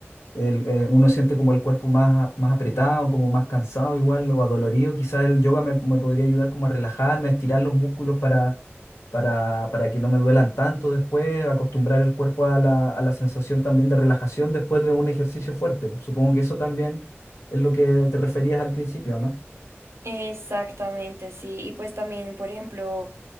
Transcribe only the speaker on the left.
el- eh, uno siente como el cuerpo más, más apretado, como más cansado igual o adolorido. Quizás el yoga me, me podría ayudar como a relajarme, a estirar los músculos para, para, para que no me duelan tanto después, acostumbrar el cuerpo a la, a la sensación también de relajación después de un ejercicio fuerte. Supongo que eso también es lo que te referías al principio, ¿no?